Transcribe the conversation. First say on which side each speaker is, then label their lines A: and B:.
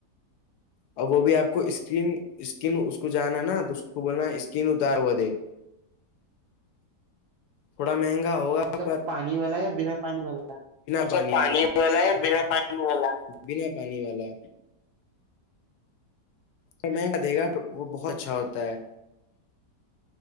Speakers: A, on the left (about 75°); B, on the right (about 70°).
A: اور وہ بھی آپ کو اسکن اسکن اس کو جانا نا تو اس کو بولنا اسکن اتار ہوا دے
B: <inaudible>
A: تھوڑا مہنگا ہوگا
B: اچھا
A: پر
B: پانی والا یا بنا پانی والا
A: انی والا یا بنا پانی والا بنا پانی والا تو میں دے گا وہ بہت اچھا ہوتا ہے